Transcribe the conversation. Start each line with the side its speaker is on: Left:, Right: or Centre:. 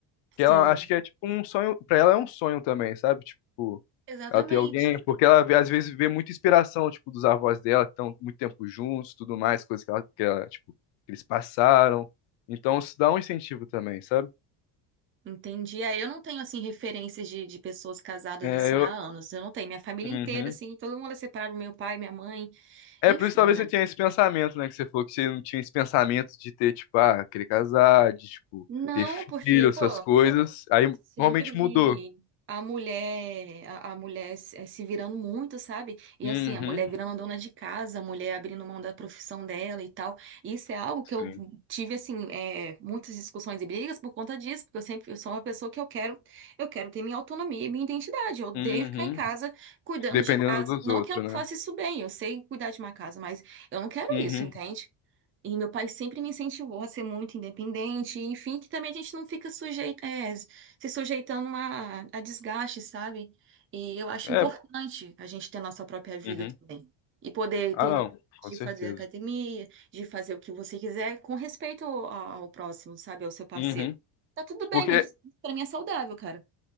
Left: Que ela
Right: Sim,
Left: acho que é tipo um sonho, pra ela é um sonho também, sabe? Tipo,
Right: exatamente.
Left: ela ter alguém, porque ela vê- às vezes vê muita inspiração, tipo, dos avós dela, que estão muito tempo juntos, tudo mais, coisas que ela, que ela, tipo, que eles passaram. Então isso dá um incentivo também, sabe?
Right: Entendi. É, eu não tenho, assim, referências de, de pessoas casadas,
Left: É,
Right: assim,
Left: eu...
Right: há anos. Eu não tenho. Minha família
Left: Uhum.
Right: inteira, assim, todo mundo é separado, meu pai, minha mãe,
Left: É,
Right: enfim,
Left: por isso talvez
Right: né?
Left: você tenha esse pensamento, né? Que você falou que você não tinha esse pensamento de ter, tipo, ah, querer casar, de, tipo,
Right: Não,
Left: ter filho,
Right: porque, pô,
Left: essas coisas. Aí
Right: sempre
Left: normalmente mudou.
Right: vi a mulher, a, a mulher se eh, se virando muito, sabe? E
Left: Uhum.
Right: assim, a mulher virando dona de casa, a mulher abrindo mão da profissão dela e tal. Isso é algo que
Left: Sim.
Right: eu tive, assim, eh, muitas discussões e brigas por conta disso, porque eu sempre eu sou uma pessoa que eu quero, eu quero ter minha autonomia e minha identidade. Eu odeio
Left: Uhum.
Right: ficar em casa cuidando
Left: Dependendo
Right: de casa.
Left: dos
Right: Não
Left: outros,
Right: que eu não
Left: né?
Right: faça isso bem, eu sei cuidar de uma casa, mas eu não quero
Left: Uhum.
Right: isso, entende? E meu pai sempre me incentivou a ser muito independente, enfim, que também a gente não fica sujeito, é, se sujeitando a, a desgaste, sabe? E eu acho
Left: É,
Right: importante a gente ter a nossa própria vida
Left: Uhum.
Right: também. E poder
Left: Ah,
Right: ter liberdade
Left: não,
Right: de
Left: com certeza.
Right: fazer academia, de fazer o que você quiser, com respeito ao, ao próximo, sabe? Ao seu parceiro.
Left: Uhum.
Right: Tá tudo bem,
Left: Porque,
Right: é isso pra mim é saudável, cara.